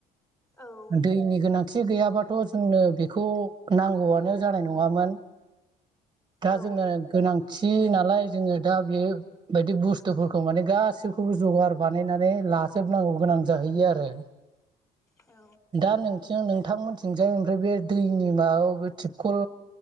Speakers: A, on the left; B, on the right.
A: औ
B: दैनि गोनांथि गैयाबा थ' जोंनो बेखौ नांगौआनो जानाय नङामोन। दा
A: औ
B: जोंनो गोनां। थि नालाय जोङो दा बे बायदि बुसतुफोरखौ माने गासैखौबो जगार बानायनानै। लाजोबनांगौ गोनां जाहैयो आरो
A: औ
B: दा नोंथिं-नोंथांमोन जोंजाय ओमफ्राय बे दैनि माबा माबि थिपखल